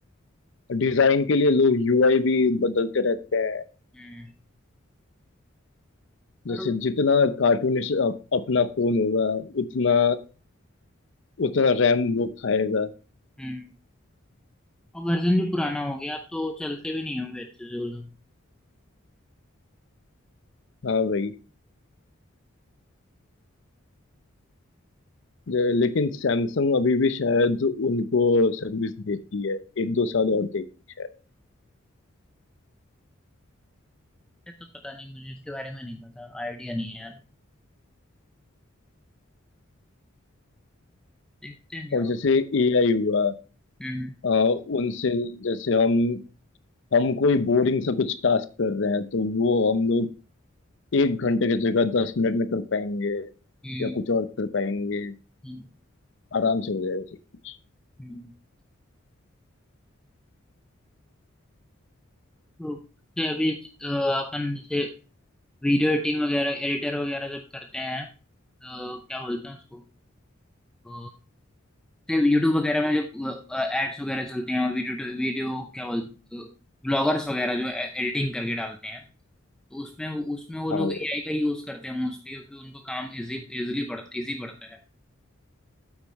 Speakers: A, on the left; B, in the centre.
A: डिजाइन के लिए लोग यूआई भी बदलते रहते हैं
B: हम्म। पर
A: जैसे जितना कार्टूनिश अप, अपना फोन होगा उतना उतना रैम वो खाएगा
B: हम्म और वर्जन भी पुराना हो गया अब तो चलते भी नहीं होंगे अच्छे से वो लोग
A: हाँ भाई जे- लेकिन सैमसंग अभी भी शायद उनको सर्विस देती है एक दो साल और देगी
B: ये तो पता नहीं मुझे इसके बारे में नहीं पता आइडिया नहीं है यार देखते हैं क्या
A: और
B: होता
A: जैसे
B: है
A: एआई हुआ
B: हम्म
A: आ, उनसे जैसे हम हम कोई बोरिंग सा कुछ टास्क कर रहे हैं तो वो हम लोग एक घंटे की जगह दस मिनट में कर पाएंगे
B: हम्म
A: या कुछ और कर पाएंगे
B: हम्म
A: आराम से हो जाएगा सब कुछ
B: हम्म। तो जैसे अभी अ, अपन जैसे वीडियो एडिटिंग वगैरह एडिटर वगैरह जब करते हैं तो क्या बोलते हैं उसको अ, जैसे यूट्यूब वगैरह में जब एड्स वगैरह चलते हैं वीडियो वीडियो क्या बोलते ब्लॉगर्स वगैरह जो एडिटिंग करके डालते हैं तो उसमें उसमें वो
A: हाँ
B: लोग
A: भाई
B: एआई का यूज करते हैं मोस्टली क्योंकि उनको काम इजी इजीली पड़ता इजी पड़ता है